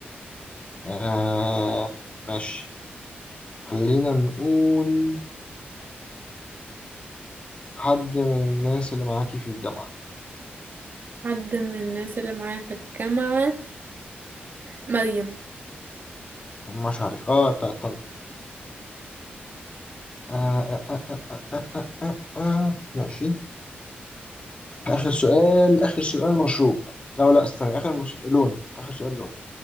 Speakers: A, on the left (about 30°); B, on the right (about 55°).
A: آه ماشي خلينا نقول حد من الناس اللي معاكي في الجامعة
B: حد من الناس اللي معايا في الجامعة مريم
A: مش عارف اه بتاع طنطا آه آه آه آه آه آه آه آه. آه، ماشي آخر سؤال آخر سؤال مشروب أو لا استنى آخر مش... لون آخر سؤال لون